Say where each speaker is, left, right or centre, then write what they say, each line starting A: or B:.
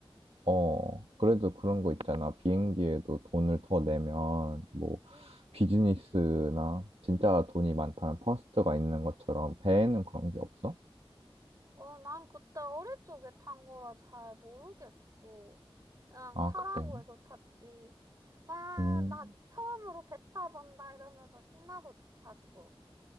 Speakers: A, on the right; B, on the right.
A: 어, 그래도 그런 거 있잖아. 비행기에도 돈을 더 내면, 뭐,
B: 응.
A: 비즈니스나 진짜 돈이 많다면 퍼스트가 있는 것처럼 배에는 그런 게 없어?
B: 어, 난 그때 어릴 적에 탄 거라 잘 모르겠어. 그냥
A: 아,
B: 타라고
A: 그래?
B: 해서 탔지. 와,
A: 음.
B: 나 처음으로 배 타본다 이러면서 신나서 탔어.